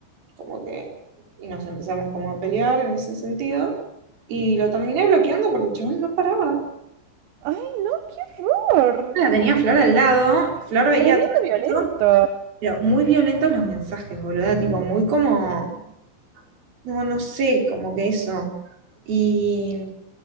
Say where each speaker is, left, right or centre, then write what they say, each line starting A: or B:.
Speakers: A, on the right (about 50°); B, on the right (about 75°).
A: como que, y nos empezamos como a pelear en ese sentido, y lo terminé bloqueando porque el chabón no paraba.
B: Ay, no, qué horror.
A: La tenía Flor al lado, Flor veía
B: Tremendo
A: todo
B: violento.
A: esto, pero muy violentos los mensajes, boluda, tipo, muy como, no, no sé, como que eso, y,